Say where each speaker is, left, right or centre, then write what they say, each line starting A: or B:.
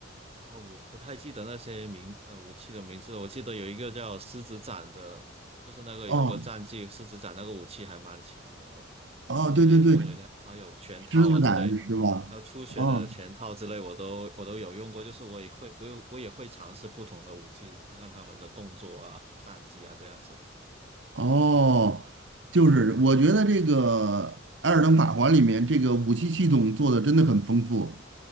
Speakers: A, on the right; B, on the right.
A: 哦，我不太记得那些名，呃，武器的名字了。我记得有一个叫狮子斩的，就是那个有个战绩，
B: 哦
A: 狮子斩那个武器还蛮强的。
B: 哦，
A: 我后面也用了一下，
B: 对对对，
A: 还有拳套啊之类，
B: 狮子斩是吧？
A: 还有初学的拳套之类，
B: 哦。
A: 我都我都有用过。就是我也会，我有我也会尝试不同的武器，看看他们的动作啊、战绩啊这样子。
B: 哦，就是我觉得这个《艾尔登法环》里面这个武器系统做的真的很丰富，